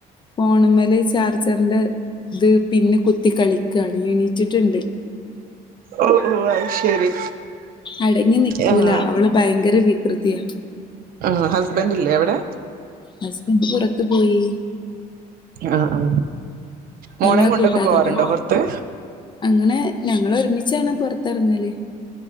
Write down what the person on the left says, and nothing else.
ഫോണുമ്മല് ചാർജറിന്റെ ഇത് പിന്ന് കുത്തി കളിക്കണ് എണീറ്റിട്ടുണ്ട്
അടങ്ങി നിക്കൂല
അവള് ഭയങ്കര വികൃതിയാ
ഹസ്ബൻഡ് പുറത്തു പോയി
ഞങ്ങളെ
കൂട്ടാതെ
പോയി
അങ്ങനെ ഞങ്ങള് ഒരുമിച്ചാണ് പൊറത്തിറങ്ങല്